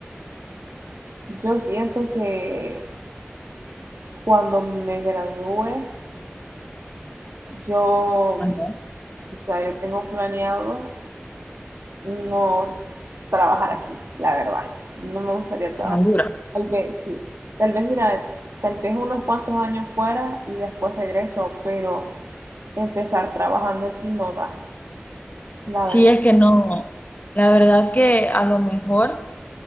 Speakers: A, on the right; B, on the left.
A: yo siento que cuando me gradúe, yo,
B: Ajá,
A: o sea, yo tengo planeado no trabajar aquí, la verdad. No me gustaría trabajar.
B: en Honduras.
A: Tal vez, sí. Tal vez, mira, tal vez unos cuantos años fuera y después regreso, pero empezar trabajando aquí no da, la
B: Sí,
A: verdad.
B: es que no, la verdad que a lo mejor...